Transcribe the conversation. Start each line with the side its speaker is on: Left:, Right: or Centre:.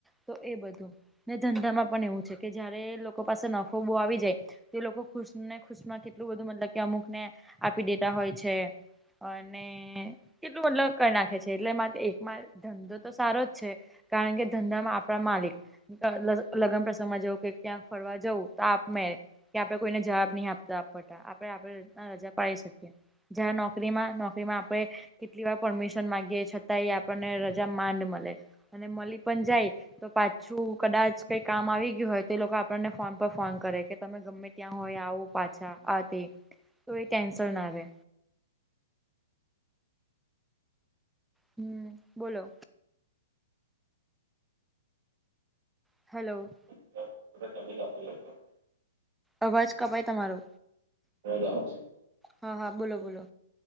Centre: તો એ બધું ને ધંધામાં પણ એવું છે કે જયારે લોકો પાસે નફો બો આવી જાય તે લોકો ખુશને ખુશમાં કેટલું બધું મતલબ કે અમુક ને આપી દેતા હોય છે. અને, એટલું મતલબ કરી નાખે છે એટલેમાં એકમાં ધંધો તો સારો જ છે. કારણ કે ધંધામાં આપણા માલિક લગ્ન પ્રસંગમાં જવું કે ક્યાંક ફરવા જવું તો આપ મે કે આપણે કોઈને જવાબ નહી આપતા આપતા આપણે આપણે ર રજા પાડી શકીએ. જં નોકરીમાં નોકરીમાં આપણે કેટલી વાર પરમિશન માગીએ છતાં એ આપણને રજા માંડ મળે અને મળી પણ જાય, તો પાછું કદાચ કઈ કામ આવી ગયું હોય તો એ લોકો આપણને ફોન પર ફોન કરે કે તમે ગમે ત્યાં હોય આવું પાછા આ તે તો એ કેન્સલ ના આવે. હમ બોલો હલો!
Right: જતી <inaudible>
Centre: અવાજ કપાય તમારો,
Right: અવાજ આવે છે?
Centre: હા હા બોલો બોલો